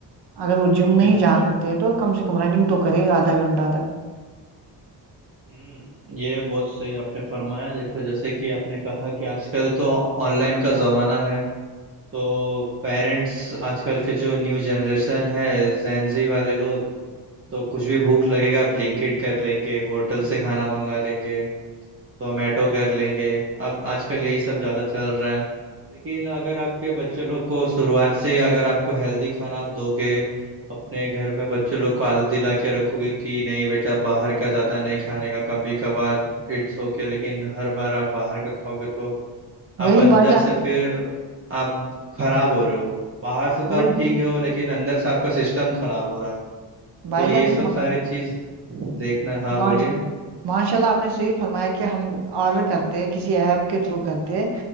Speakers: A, on the right (about 65°); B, on the right (about 30°).
A: اگر وہ جم نہیں
B: بالکل
A: جا سکتے تو کم سے کم رننگ تو کرے آدھا گھنٹہ تک
B: ہوں یہ بہت صحیح آپ نے فرمایا دیکھو جیسے کہ آپ نے کہا کہ آج کل تو آن لائن کا زمانہ ہے تو پیرنٹس آج کل کے جو نیو جنریشن ہے زینزی والے لوگ تو کچھ بھی بھوک لگے گا آپ لنکڈ کر لیں گے ہوٹل سے کھانا منگا لیں گے زومیٹو کر لیں گے اب آج کل یہی سب زیادہ چل رہا ہے لیکن اگر آپ کے بچے لوگ کو شروعات سے اگر آپ کو ہیلدی کھانا آپ دو گے اپنے گھر میں بچوں لوگ کو عادت دلا کے رکھو گے کہ نہیں بیٹا باہر کا زیادہ نہیں کھانے کا کبھی کبھار اٹس ہوک لیکن ہر بار آپ باہر کا کھاؤ گے تو آپ
A: وہی
B: اندر
A: بائی جان
B: سے پھر آپ خراب ہو رہے ہو باہر سے تو آپ
A: وہی
B: ٹھیک ہے ہو لیکن اندر سے آپ کا سسٹم خراب ہو رہا ہے
A: بائی
B: تو یہ
A: جان
B: سب سارے چیز دیکھنا ہاں بولیے
A: ماش ماشاء اللہ آپ نے صحیح فرمایا کہ ہم آرڈر کرتے کسی ایپ کے تھرو کرتے ہیں